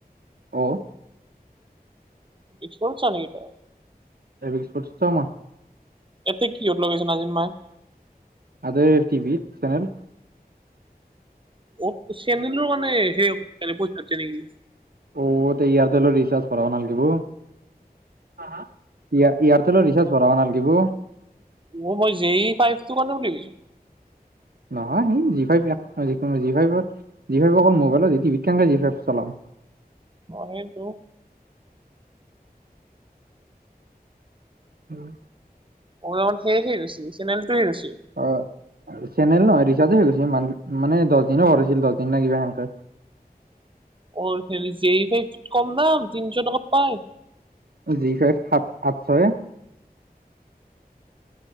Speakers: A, on the right; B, on the right.
A: অ'
B: এচপঞ্চা নেকি তই
A: <unintelligible>
B: এতি কিহত লগাইছে নাজিম মাই।
A: আৰে টিভিত চেনেল।
B: অ চেনেলৰ মানে সেই তেনেকৈ থাকে নেকি
A: অ তই ইয়াৰটেলৰ ৰিচাৰ্জ ভৰাব নালগিব। হা হা ইয়াৰ এয়াৰটেলৰ ৰিচাৰ্জ ভৰাব নালগিব
B: অ মই যে ই ফাইভটো মানেও দেখিছোঁ
A: <unintelligible>
B: অ সেইটো
A: <unintelligible>
B: কবলে গলে সেয়হে ৰুচি চেনেলটোৱে ৰুচি
A: অ চেনেল ন ৰিচাৰ্জে হৈ গৈছে মান মানে দহ দিনৰ ভৰাইছিল দহ দিন না কিবা সেনকে
B: অ হেৰি জে ই ফাইভটোত কম দাম তিনশ টকাত পাই
A: জি ফাইভ সাত, আঠশৰে